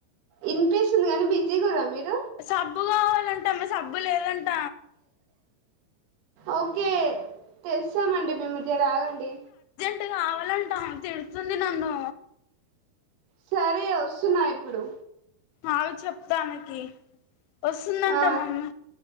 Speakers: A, on the right; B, on the left.
A: ఇన్ పేస్ ఉంది కానీ బిజీ కూడా మీరు
B: సబ్బు కావాలంటా మ సబ్బు లేదంట
A: ఓకే తెలుసామండి మేము ఇ రాగండి
B: అ కావాలంటాం తిడుతుంది నన్ను
A: సరే వస్తున్నా ఇప్పుడు
B: అవి చెప్తానకి పస్తుందందాంటా
A: ఆ
B: మమ్మీ